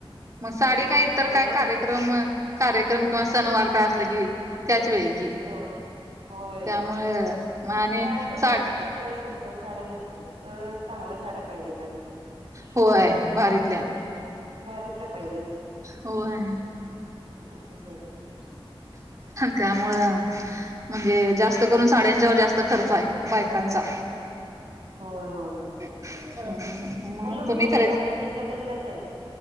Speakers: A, on the right; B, on the right.
A: मग साडी
B: ड्रेस
A: का इतर
B: साड्या
A: काय
B: कवा
A: कार्यक्रम
B: नेसायचं
A: कार्यक्रम किंवा सणवार काय असलं की त्याचवेळी
B: तेवढंच होय
A: त्यामुळे म आणि
B: मग कार्यक्रमाला
A: साड
B: पण कुठलं सिम्पल साड्या नेसतात सगळं चांगल्या साड्या पाहिजेत आणि
A: होय भारीतल्या
B: हम्म भारीतल्या पाहिजेत.
A: व्हय!
B: असंच असतंय.
A: त्यामुळं म्हणजे जास्त करून साड्यांच्यावर जास्त खर्च हाय बायकांचा
B: होय होय होय!
A: <inaudible>
B: मुलं नको
A: तुम्ही खरे
B: शाळेत इचलकरंजी लाच आहेत.